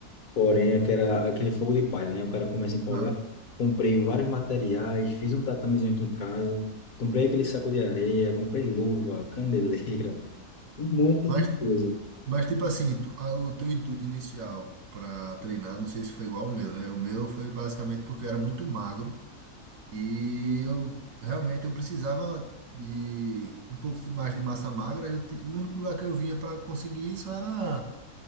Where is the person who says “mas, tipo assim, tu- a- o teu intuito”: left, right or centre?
Right